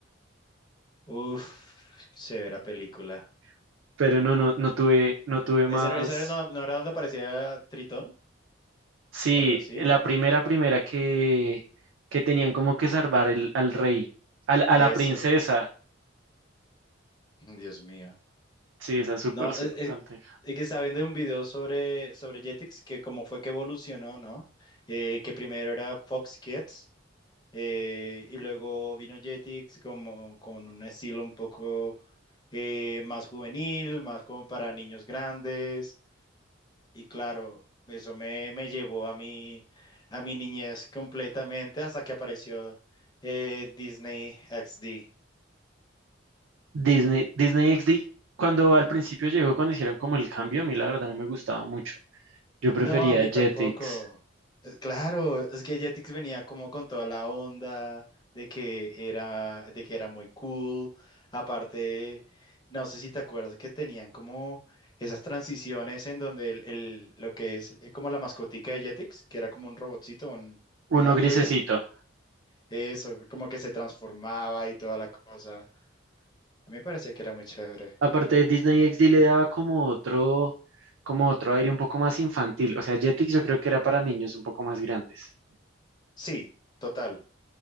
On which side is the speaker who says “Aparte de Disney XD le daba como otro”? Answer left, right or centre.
Right